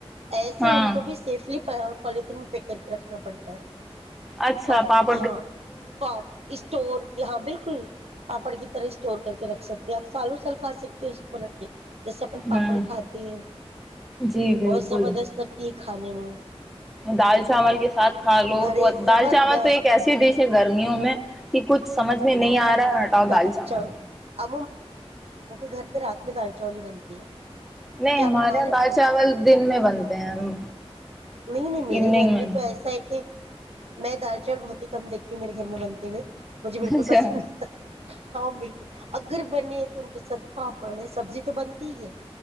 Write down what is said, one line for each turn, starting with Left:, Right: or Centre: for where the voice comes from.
Right: ایسے
Centre: ہاں
Right: ان کو بھی سیفلی <unintelligible> پالتھین پیک کر کے رکھنا پڑتا ہے <unintelligible>
Centre: اچھا
Right: اور
Centre: پاپ <unintelligible>
Right: ہاں اور اسٹور کی ہاں بالکل پاپڑ کی طرح اسٹور کر کے رکھ سکتے ہیں آپ سالو سل کھا سکتے ہیں اس کو بنا کے جیسے اپن
Centre: ہوں
Right: پاپڑ کھاتے ہیں
Centre: جی
Right: بہت
Centre: بالکل
Right: زبردست لگتی ہے کھانے میں
Centre: دال چاول کے ساتھ کھا لو
Right: ارے
Centre: تو
Right: زبردست
Centre: دال چاول تو ایک ایسا ایے جیسے گرمیوں میں کہ کچھ سمجھ میں نہیں آ رہا ہے ہٹاؤ
Right: <inaudible> ہ
Centre: دال چاول
Right: گھر پہ رات میں دال چالی بنتی ہے
Centre: نہیں
Right: کیا
Centre: ہمارے
Right: بنا
Centre: یہاں
Right: رہے
Centre: دال چاول دن میں بنتے ہیں ہم
Right: نہیں نہیں میرے
Centre: ایوننگ
Right: گھر
Centre: میں
Right: تو ایسا ہے کہ میں دال چاول بہت ہی کم دیکتی ہوں میرے گھر میں بنتے ہوئے مجھے بالکل
Centre: اچھا
Right: پسند ہاں بالکل اگر بنے تو ان کے ساتھ پاپڑ ہے سبزی تو بنتی ہی ہے